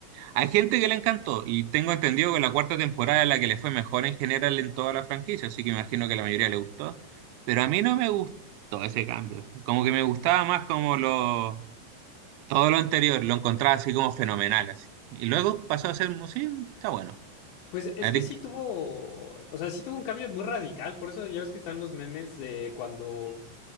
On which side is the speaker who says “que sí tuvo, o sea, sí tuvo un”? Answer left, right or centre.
Left